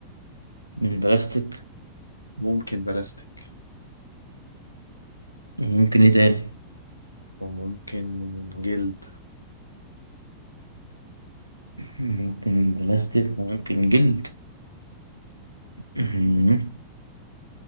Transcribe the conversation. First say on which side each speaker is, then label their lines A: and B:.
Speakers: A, on the right; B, on the left.
A: من البلاستيك
B: ممكن بلاستيك
A: ممكن ايه تاني
B: وممكن جلد
A: ممكن بلاستيك وممكن جلد مم.